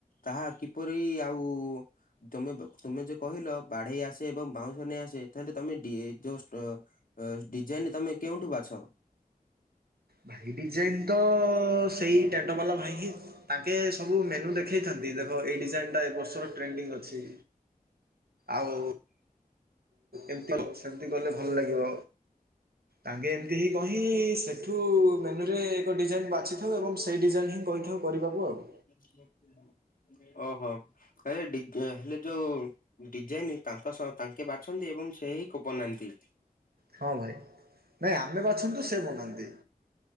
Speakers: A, on the left (about 60°); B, on the right (about 85°).
A: ତାହା କିପରି ଆଉ ତମେ ତମେ ଯଉ କହିଲ ବାଢେଇ ଆସେ ଏବଂ ବାଉଁଶ ନେଇ ଆସେ ତାହେଲେ ତମେ ଯୋଉ ଡି ଯୋଉ ଷ୍ଟ ଡିଜାଇନ୍ ତମେ କେଉଁଠୁ ବାଛ?
B: ଭାଇ ଡିଜାଇନ୍ ତ ସେଇ ଟେଣ୍ଡ ବାଲା ଭାଇ ହଁ ତାଙ୍କେ ସବୁ ମେନୁ ଦେଖାଇଥାନ୍ତି ଦେଖ ଏଇ ଡିଜାଇନ୍ଟା ଏ ବର୍ଷର ଟ୍ରେଣ୍ଡିଙ୍ଗ ଅଛି ଆଉ ଏମିତି ସେମତି କଲେ ଭଲ ଲାଗିବ। ତାଙ୍କେ ଏମିତି ହିଁ କହି ସେଠୁ ମେନ୍ୟୁରେ ଏକ ଡିଜାଇନ ବାଛିଥାଉ ଏବଂ ସେଇ ଡିଜାଇନ ହିଁ କହିଥାଉ କରିବାକୁ ଆଉ।
A: <unintelligible> ଓହୋ ହେଲେ ହେଲେ ଯୋଉ ଡିଜାଇନ ତାଙ୍କ ସହ ତାଙ୍କ। କେ ବାଛନ୍ତି ଏବଂ ସେ ହିଁ କୋ ବନାନ୍ତି।
B: ହଁ ଭାଇ ନାଇଁ ଆମେ ବାଛନ୍ତୁ ସେ ବନାନ୍ତି।